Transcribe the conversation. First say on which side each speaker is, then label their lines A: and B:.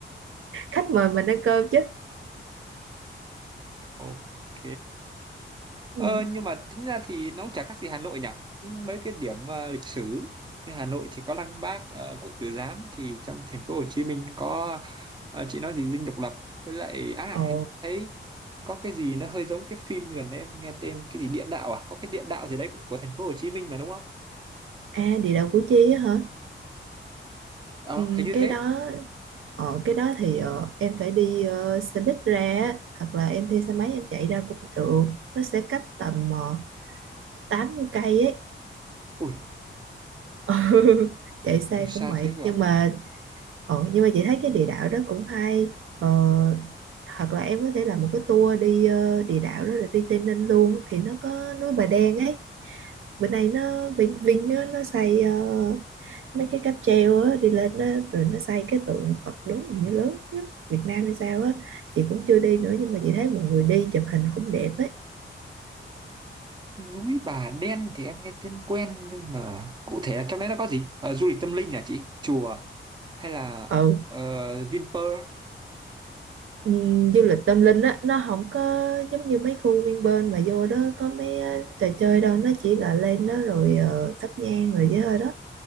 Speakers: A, on the right; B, on the right.
A: khách mời mình ăn cơm chứ
B: Ok.
A: ừ.
B: Ờ, nhưng mà tính ra thì nó cũng chả khác gì Hà Nội nhỉ? Mấy cái điểm ờ, lịch sử như Hà Nội thì có Lăng Bác, uh, Quốc Tử Giám thì trong thành phố Hồ Chí Minh có ờ, chị nói gì Dinh Độc Lập với lại à
A: ồ
B: hình như thấy có cái gì nó hơi giống cái phim gần đây em nghe tên cái gì địa đạo à? Có cái địa đạo gì đấy cũng của thành phố Hồ Chí Minh mà đúng không?
A: à địa đạo Củ Chi á hả
B: Ờ,
A: ừ,
B: hình như
A: cái
B: thế.
A: đó Ờ, cái đó thì ờ, em phải đi ờ, xe buýt ra á, hoặc là em thuê xe máy em chạy ra cũng được nó sẽ cách tầm uh, 80 cây ấy
B: Ui,
A: <laughs> Ừ, chạy xe
B: ui
A: cũng
B: xa
A: mệt
B: thế cơ.
A: nhưng
B: à?
A: mà ờ, nhưng mà chị thấy cái địa đạo đó cũng hay Ờ, hoặc là em có thể làm một cái tour đi ờ, địa đạo đó rồi đi Tây Ninh luôn thì nó có núi Bà Đen ấy bữa nay nó Vinh Vinh á, nó xây ờ, mấy cái cáp treo á đi lên đó, rồi nó xây cái tượng Phật đứng hình như lớn nhất Việt Nam hay sao á chị cũng chưa đi nữa nhưng mà chị thấy mọi người đi chụp hình cũng đẹp ấy
B: Núi Bà Đen thì em nghe tên quen nhưng mà cụ thể là trong đấy nó có gì? Ờ, du lịch tâm linh à chị? Chùa hay là
A: ừ
B: ờ, Vinpearl
A: ừm, du lịch tâm linh á nó không có giống như mấy khu Vinpearl mà vô đó có mấy ờ, trò chơi đâu nó chỉ là lên đó rồi ờ, thắp nhang rồi với thôi đó